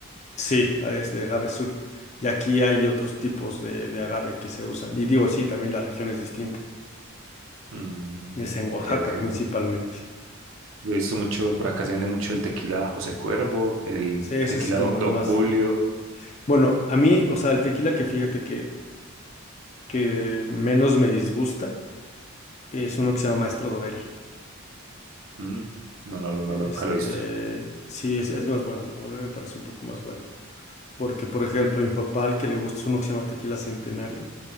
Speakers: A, on the left (about 30°); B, on the right (about 65°).
A: Sí, ah, es de agave azul. Y aquí hay otros tipos de, de agave que se usan. Y digo, sí, también la región es distinta.
B: Mm,
A: Es en Oaxaca
B: ok, ok.
A: principalmente.
B: Yo he visto mucho, por acá se vende mucho el tequila José Cuervo, el
A: Sí, ese
B: tequila
A: es como
B: Do- Don
A: el más.
B: Julio.
A: Bueno, a mí, o sea, el tequila que fíjate que, que menos me disgusta es uno que se llama Maestro Dobel.
B: Mm, no, no, lo- no,
A: Este,
B: lo- nunca lo he visto.
A: sí, es, es más bueno. A mí me parece un poco más bueno. Porque, por ejemplo, mi papá, al que le gusta es uno que se llama Tequila Centenario,